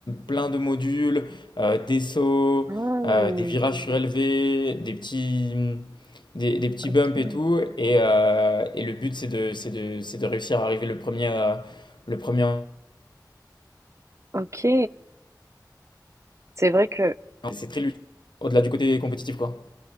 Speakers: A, on the left; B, on the right.
A: plein de modules, euh, des sauts,
B: Ah,
A: euh, des virages surélevés, des petits des, des petits
B: ok.
A: bumps et tout. Et, euh, et le but, c'est de, c'est de, c'est de réussir à arriver le premier. euh, le premier.
B: Ok. C'est vrai que
A: C'est très ludique, au-delà du côté compétitif, quoi.